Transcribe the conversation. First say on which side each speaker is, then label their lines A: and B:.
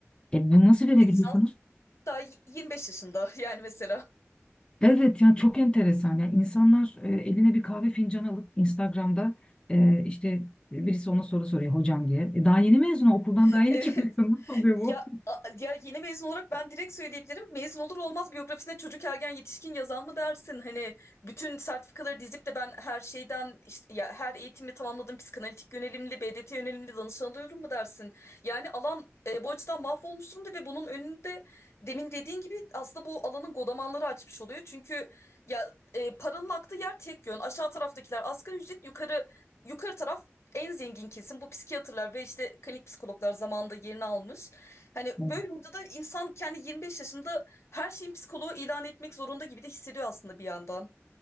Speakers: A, on the left; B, on the left.
A: E bunu nasıl verebiliyorsunuz?
B: Seksen daha 25 yaşında yani mesela.
A: Evet yani çok enteresan. Yani insanlar e, eline bir kahve fincanı alıp Instagram'da e, işte birisi ona soru soruyor hocam diye. E, daha yeni mezun okuldan
B: <laughs>
A: daha yeni
B: Evet.
A: çıkmışsın. <laughs> Nasıl oluyor
B: Ya, a- ya yeni mezun olarak ben direkt söyleyebilirim. Mezun olur olmaz biyografisine çocuk ergen yetişkin yazan mı dersin? Hani bütün sertifikaları dizip de ben her şeyden işte ya her eğitimi tamamladım psikanalitik yönelimli, BDT yönelimli danışan alıyorum mu dersin? Yani alan e, bu açıdan mahvolmuş durumda ve bunun önünde demin dediğin gibi aslında bu alanın godamanları açmış oluyor. Çünkü ya e, paranın aktığı yer tek yön. Aşağı taraftakiler asgari ücret, yukarı yukarı taraf en zengin kesim bu psikiyatrlar ve işte klinik psikologlar zamanında yerini almış. Hani
A: bu?
B: böyle olunca da insan kendi 25 yaşında her şeyin psikoloğu ilan etmek zorunda gibi de hissediyor aslında bir yandan.